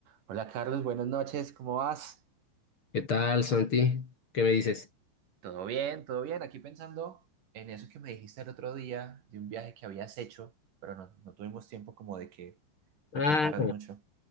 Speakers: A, on the right; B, on the left.
A: Hola Carlos, buenas noches, ¿cómo vas?
B: ¿Qué tal, Santi? ¿Qué me dices?
A: Todo bien, todo bien. Aquí pensando en eso que me dijiste el otro día de un viaje que habías hecho, pero no, no tuvimos tiempo como de que me
B: Ah,
A: contaras mucho.